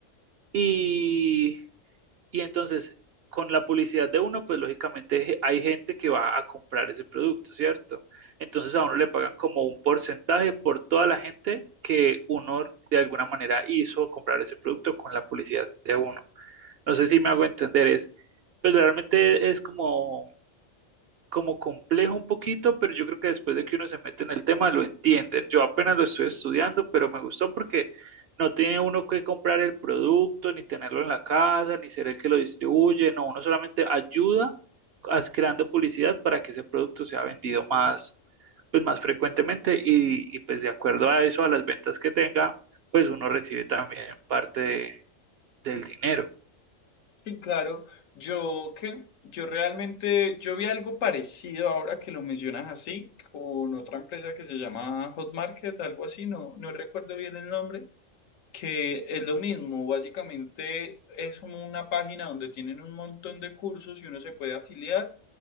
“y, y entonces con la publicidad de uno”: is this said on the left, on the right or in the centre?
Right